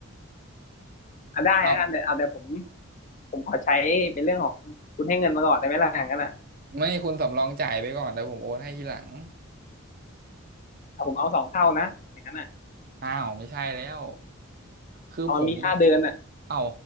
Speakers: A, on the left; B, on the right.
A: อ่ะได้แล้วกันแต่เอาแต่ผม
B: เอ้า
A: ผมขอใช้เป็นเรื่องของคุณให้เงินมาก่อนได้ไหมล่ะอย่างนั้นอ่ะ
B: ไม่คุณสำรองจ่ายไปก่อนแต่ผมโอนให้ทีหลัง
A: เอาผมเอาสองเท่านะอย่างนั้นอ่ะ
B: อ้าวไม่ใช่แล้วคือผม
A: เอามันมีค่าเดินอ่ะ
B: เอ้า